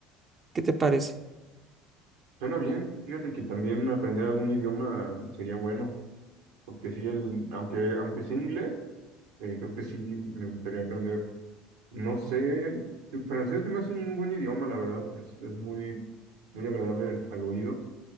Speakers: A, on the right; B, on the right.
A: ¿Qué te parece?
B: Suena bien. Fíjate que también aprender algún idioma sería bueno, porque sí, el, aunque, aunque sea inglés, eh, creo que sí me gustaría aprender. No sé, el francés se me hace un muy buen idioma, la verdad. Es, es muy, muy agradable al oído.